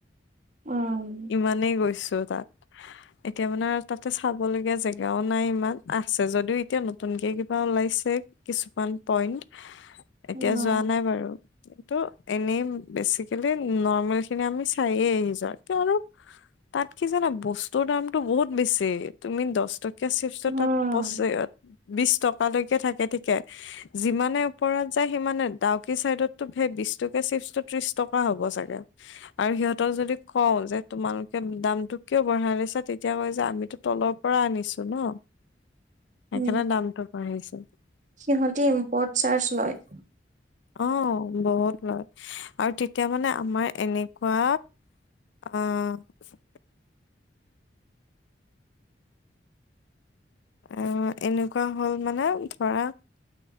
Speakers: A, on the right (about 40°); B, on the left (about 80°).
A: উম
B: ইমানেই গৈছো তাত। এতিয়া মানে তাতে চাব লগীয়া জেগাও নাই ইমান, আছে যদিও এতিয়া নতুনকে কিবা ওলাইছে কিছুমান পইণ্ট। এতিয়া
A: উম
B: যোৱা নাই বাৰু। এনেই বেচিকেলি নৰ্মেল খিনি আমি চাইয়ে আহিছোঁ আৰু, তাত কি জানা বস্তুৰ দামতটো বহুত বেছি, তুমি দহ চিপছটো
A: উম।
B: তাত পঁচ বিশ টকা থকালৈকে থাকে ঠিকে, যিমানে ওপৰত যায় সিমানে ডাউকি চাইদতটো বিশ টকীয়া চিপচটো ত্ৰিশ টকা হব চাগে, আৰু সিহঁতক যদি কও যে তোমালোকে দামতটো কিয় বঢ়াই লৈছা তেতিয়া কয় যে আমিতো তলৰ পৰা আনিছো। ন সেইকাৰণে
A: উ,
B: দামটো বাঢ়িছে
A: সিহঁতে ইম্পৰ্ট চাৰ্জ লয়।
B: অ', বহুত লয়। আৰু তেতিয়া মানে আমাৰ এনেকুৱা আহ। আহ এনেকুৱা হ'ল মানে ধৰা